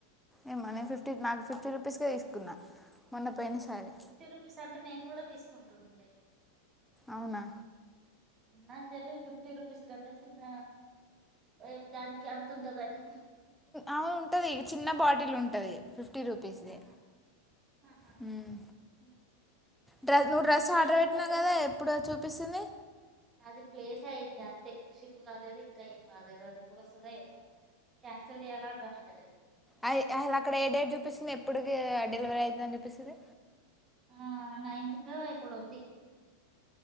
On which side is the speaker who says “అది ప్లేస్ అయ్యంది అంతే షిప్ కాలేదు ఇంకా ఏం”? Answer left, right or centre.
Right